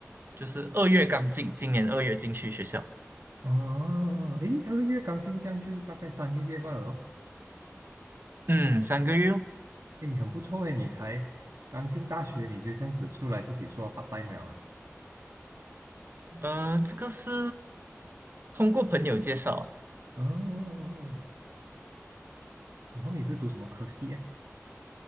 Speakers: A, on the right; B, on the right.
A: 就是二月刚进，今年二月进去学校，
B: 哦，诶，二月刚进这样就大概三个月罢了咯。
A: 嗯，三个月哦。
B: 诶，很不错诶，你才刚进大学你就这样子出来自己做 part time 了啊？
A: 呃，这个是通过朋友介绍啊，
B: 嗯，然后你是读什么科系啊？